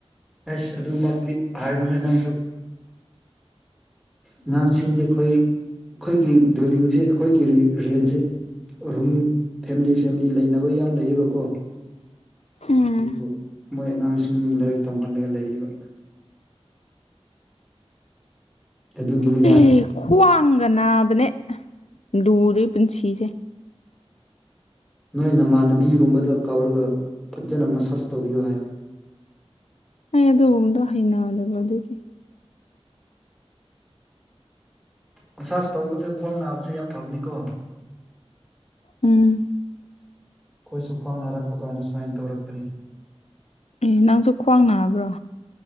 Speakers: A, in the centre; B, on the left.
A: ꯑꯩꯁ ꯑꯗꯨꯃꯛꯇꯤ ꯍꯥꯏꯒꯅꯨꯍꯦ ꯅꯪꯁꯨ ꯑꯉꯥꯡꯁꯤꯡꯗꯤ ꯈꯣꯏ ꯈꯣꯏꯒꯤ ꯕꯤꯜꯗꯤꯡꯖꯦ ꯑꯈꯣꯏꯒꯤ ꯔꯦ ꯔꯦꯟꯖꯦ ꯔꯨꯝ ꯐꯦꯝꯂꯤ ꯐꯦꯝꯂꯤ ꯂꯩꯅꯕ ꯌꯥꯝ ꯂꯩꯌꯦꯕꯀꯣ
B: ꯎꯝ
A: ꯗꯨꯕꯨ ꯃꯣꯏ ꯑꯉꯥꯡꯁꯤꯡ ꯂꯥꯏꯔꯤꯛ ꯇꯝꯍꯜꯂꯒ ꯂꯩꯌꯦꯕ ꯑꯗꯨꯒꯤꯅꯤꯗꯥ
B: ꯑꯦ ꯈ꯭ꯋꯥꯡꯒ ꯅꯥꯕꯅꯦ ꯂꯨꯔꯦ ꯄꯨꯟꯁꯤꯁꯦ
A: ꯅꯣꯏ ꯅꯃꯥꯟꯅꯕꯤꯒꯨꯝꯕꯗ ꯀꯧꯔꯒ ꯐꯖꯅ ꯃꯁꯥꯁ ꯇꯧꯕꯤꯌꯣ ꯍꯥꯏꯌꯣ
B: ꯑꯩ ꯑꯗꯨꯒꯨꯝꯕꯗꯣ ꯍꯩꯅꯗꯕ ꯑꯗꯨꯒꯤ
A: ꯃꯁꯥꯥꯁ ꯇꯧꯕꯗ ꯈ꯭ꯋꯥꯡ ꯅꯥꯕꯁꯦ ꯌꯥꯝ ꯐꯕꯅꯤꯀꯣ
B: ꯎꯝ
A: ꯑꯈꯣꯏꯁꯨ ꯈ꯭ꯋꯥꯡ ꯅꯥꯔꯛꯄꯀꯥꯟꯗ ꯁꯨꯃꯥꯏꯅ ꯇꯧꯔꯛꯄꯅꯦ
B: ꯑꯦ ꯅꯪꯁꯨ ꯈ꯭ꯋꯥꯡ ꯅꯥꯕ꯭ꯔꯣ